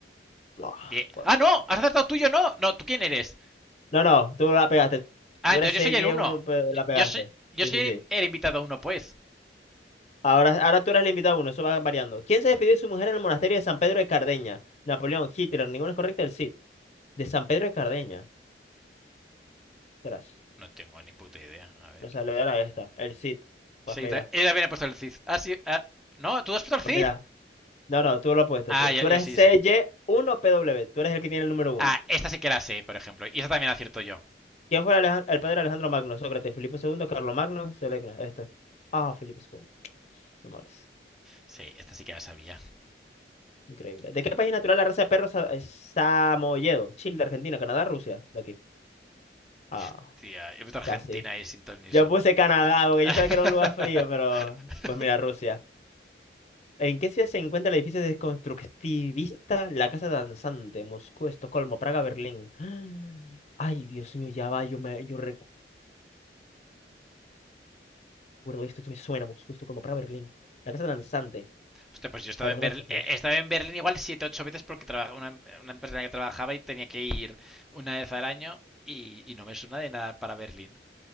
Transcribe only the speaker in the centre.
Bien.
¡Ah, no! ¿Has acertado tú y yo no? No, ¿tú quién eres?
Ah,
entonces
yo soy
el uno.
Yo- soy, yo
soy
el,
el invitado uno, pues.
No tengo ni puta idea. A ver.
Sí,
ta- ella también ha puesto el Cid. Ah, sí. ah, no, ¿tú has puesto el Cid?
Ah,
yo,
yo
sí,
sí.
Ah, esta sí que la sé, por ejemplo. Y esta también la acierto yo.
Sí, esta sí que la sabía.
Eh,
hostia, he puesto Argentina
y Sinton Nixon.
<laughs>
Hostia, pues yo estaba
en
Berlín,
eh, estaba en Berlín igual 7, 8 veces porque traba- una, una empresa en la que trabajaba y tenía que ir una vez al año y, y no me suena de nada para Berlín.